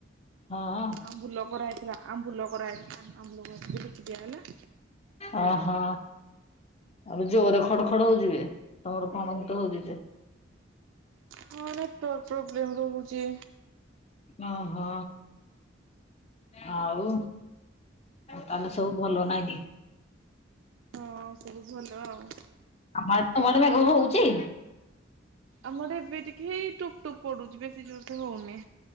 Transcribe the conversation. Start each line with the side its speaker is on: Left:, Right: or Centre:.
Left: ହଁ।
Right: ଆମ୍ବୁଲ କରାହେଇଥିଲା ଆମ୍ବୁଲ କରାହେଇଥିଲା ଆମ୍ବୁଲ ଗୋରା ଯେ ବିକିଦିଆ ହେଲା।
Left: ଓହୋ। ଆବେ ଜୋରରେ ଖଡ ଖଡ ହଉଚିବେ ତମର କଣ ଗୋଟେ ହଉଛି ଯେ।
Right: ହଁ ନେଟୱାକ ପ୍ରୋବ୍ଲେମ୍ ରହୁଛି।
Left: ଓହୋ। ଆଉ ତାହେଲେ ସବୁ ଭଲ ନା କି?
Right: ହଁ ସବୁ ଭଲ ଆଉ।
Left: ଆମର ତ ଘଡଘଡ ଘୁଘୁ ହଉଛି।
Right: ଆମର ଏବେ ଟିକେ ହେଇ ଟୁପ୍ ଟୁପ୍ ପଡୁଛି ବେଶୀ ଜୋରସେ ହଉନି।